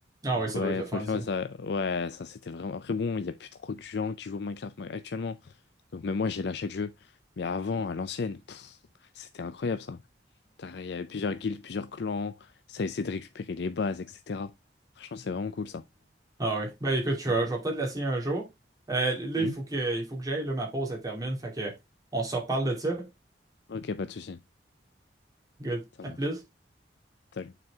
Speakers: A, on the right; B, on the left.
A: Ah
B: Donc
A: oui, ça
B: ouais,
A: doit être le
B: franchement,
A: fun, ça.
B: ça, ouais, ça c'était vraiment... Après bon, il n'y a plus trop de gens qui jouent au Minecraft moi, actuellement. Donc même moi, j'ai lâché le jeu. Mais avant, à l'ancienne, pff, c'était incroyable ça. T'as- Il y avait plusieurs guildes, plusieurs clans. Ça essayait de récupérer les bases, etc. Franchement, c'est vraiment cool ça.
A: Ah oui. Ben écoute, je,
B: Mhm.
A: vais je vais peut-être l'essayer un jour. Euh, là,
B: Mhm.
A: il faut que, il faut que j'aille, là, ma pause, elle termine. Fait que on se reparle de ça.
B: Ok, pas de souci.
A: Good.
B: Ça
A: À
B: marche.
A: plus.
B: Salut.